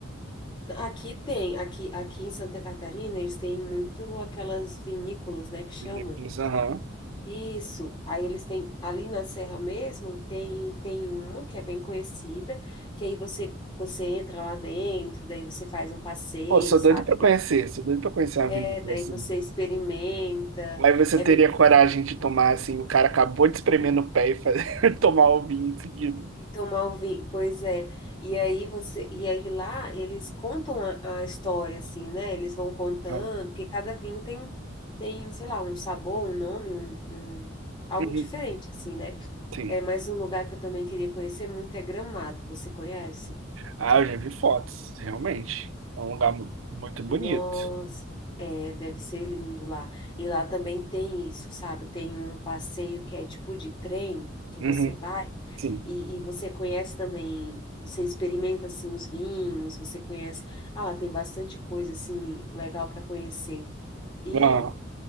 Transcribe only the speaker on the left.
Aqui tem, aqui, aqui em Santa Catarina, eles têm muito aquelas vinícolas, né, que chamam.
Isso. Aí eles têm, ali na Serra mesmo, tem tem uma que é bem conhecida, que aí você você entra lá dentro, daí você faz um passeio,
sabe?
É,
daí
você experimenta.
É
E tomar o vinho, pois é. E aí você, e aí lá eles contam a, a história assim, né? Eles vão contando,
porque cada vinho tem tem, sei lá, um sabor, um nome, um, um- algo
diferente assim, né?
É, mas um lugar que eu também queria conhecer muito é Gramado. Você conhece?
Nossa, é, deve ser lindo lá. E lá também tem isso, sabe? Tem um passeio que é tipo de trem que você
vai
e, e você conhece também, você experimenta assim os vinhos, você conhece. Ah, lá tem bastante coisa assim legal para conhecer. E